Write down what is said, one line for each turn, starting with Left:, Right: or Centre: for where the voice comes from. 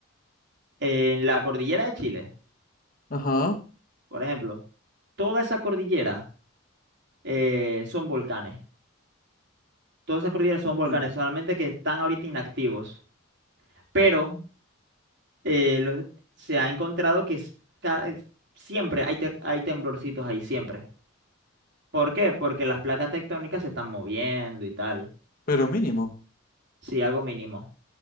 Right: en la cordillera de Chile,
Left: ajá.
Right: por ejemplo, toda esa cordillera eh, son volcanes. Todas esas cordilleras son volcanes,
Left: Mm,
Right: solamente que están ahorita inactivos. Pero eh, lo- se ha encontrado que es- ca- siempre hay, ter- hay temblorcitos ahí, siempre. ¿Por qué? Porque las placas tectónicas se están moviendo y tal.
Left: Pero mínimo.
Right: Sí, algo mínimo.